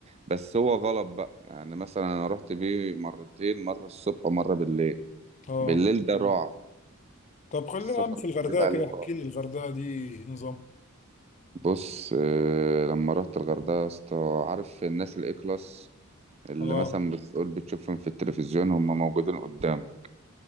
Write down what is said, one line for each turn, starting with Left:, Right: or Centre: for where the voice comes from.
Right: بس هو غلط بقى يعني مثلا انا رحت بيه مرتين مرة الصبح ومرة بالليل
Left: اه
Right: بالليل ده رعب
Left: طب خلينا
Right: السفر
Left: يا عم في
Right: بالليل
Left: الغردقه
Right: عليه
Left: كده احكي
Right: رعب
Left: لي الغردقه دي إيه نظام
Right: بص آه، لما رحت الغردقة يا اسطى عارف الناس الاي كلاس اللي
Left: اه
Right: مثلا بتقول بتشوفهم في التلفزيون هم موجودين قدامك